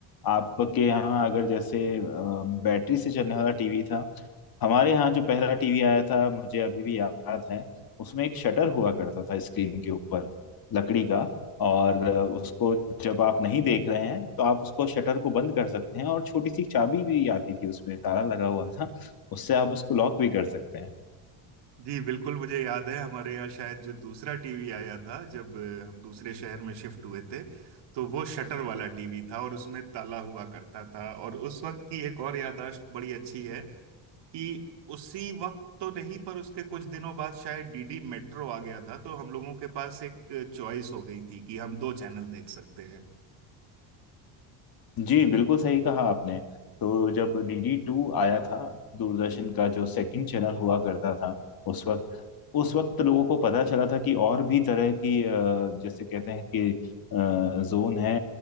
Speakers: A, on the left (about 45°); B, on the right (about 55°).
A: आपके यहाँ अगर जैसे अ, बैटरी से चलने वाला टीवी था हमारे यहाँ जो पहला टीवी आया था मुझे अभी भी याद है उसमें एक शटर हुआ करता था स्क्रीन के ऊपर लकड़ी का और उसको जब आप नहीं देख रहे हैं तो आप उसको शटर को बंद कर सकते हैं और छोटी सी चाबी भी आती थी उसमें ताला लगा हुआ था उससे आप उसको लॉक भी कर सकते हैं
B: जी बिल्कुल मुझे याद है हमारे यहाँ शायद जो दूसरा टीवी आया था जब अ, हम दूसरे शहर में शिफ्ट हुए थे तो वो शटर वाला टीवी था और उसमें ताला हुआ करता था और उस वक्त की एक और याददाश्त बड़ी अच्छी है कि उसी वक्त तो नहीं पर उसके कुछ दिनों बाद शायद डीडी मेट्रो आ गया था तो हम लोगों के पास एक चॉइस हो गई थी कि हम दो चैनल देख सकते हैं
A: जी बिल्कुल सही कहा आपने तो जब डीडी टू आया था दूरदर्शन का जो सेकंड चैनल हुआ करता था उस वक्त उस वक्त लोगों को पता चला था कि और भी तरह की अ, जैसे कहते हैं कि अ, जोन है